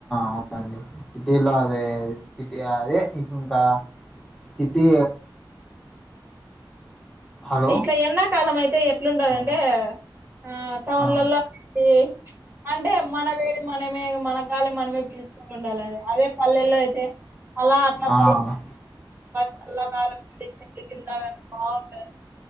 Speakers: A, in the centre; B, on the right.
A: అవునండి సిటీలో అదే సిటీ అదే ఇంకా సిటీ హలో
B: ఇట్లా ఎండాకాలం అయితే ఎట్లుండదంటే
A: ఆ,
B: ఆ టౌన్లలో
A: ఆ,
B: ఊ అంటే మన వేడి మనమే మన గాలి మనమే పిలుచు ఉండాలిడి అదే పల్లెల్లో అయితే అలా అట్లా
A: ఆ.
B: బయట చల్ల కాలం చెట్ల కింద బాగు